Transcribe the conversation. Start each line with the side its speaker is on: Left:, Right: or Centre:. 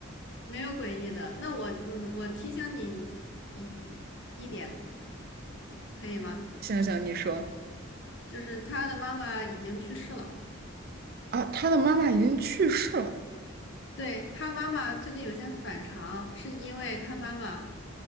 Left: 没有诡异的。那我，嗯，我提醒你一一一点，可以吗？
Right: <laughs> 行行，你说
Left: 就是他的妈妈已经去世了，
Right: 啊，他的妈妈已经去世了
Left: 对，他妈妈最近有些反常，是因为他妈妈